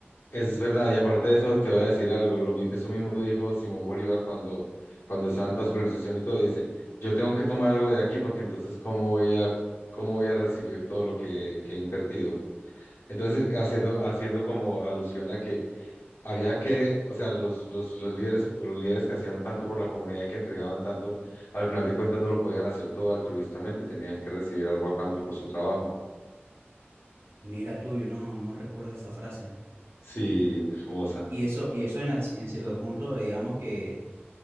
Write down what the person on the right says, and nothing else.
Mira tú, yo no, no recuerdo esa frase.
Y eso, y eso en, al- en cierto punto, digamos que,